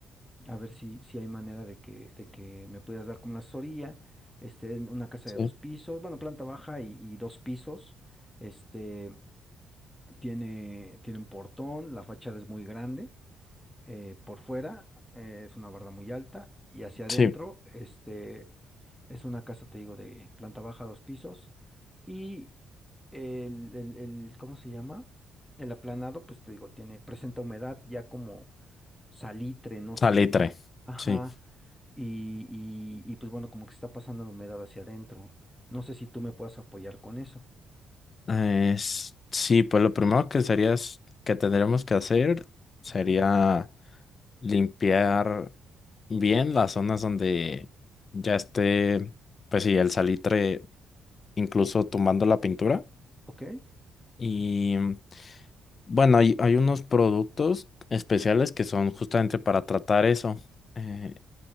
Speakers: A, in the centre; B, on the left (about 40°).
A: a ver si, si hay manera de que, de que me pudieras dar como una asesoría, este, en una casa
B: sí,
A: de dos pisos, bueno, planta baja y, y dos pisos, este, tiene, tiene un portón, la fachada es muy grande eh, por fuera eh, es una barda muy alta y hacia adentro
B: sí.
A: este, es una casa, te digo, de planta baja, dos pisos y el, el- el- ¿cómo se llama? El aplanado, pues te digo, tiene, presenta humedad ya como salitre, no sé.
B: Salitre.
A: Ajá.
B: Sí.
A: Y, y, y pues bueno, como que está pasando la humedad hacia adentro. No sé si tú me puedas apoyar con eso.
B: Es- sí, pues lo primero que sería es- que tendríamos que hacer sería
A: ¿Ok?
B: limpiar bien las zonas donde ya esté, pues sí, el salitre, incluso tumbando la pintura.
A: ¿Ok?
B: Y bueno, hay, hay unos productos especiales que son justamente para tratar eso. Eh,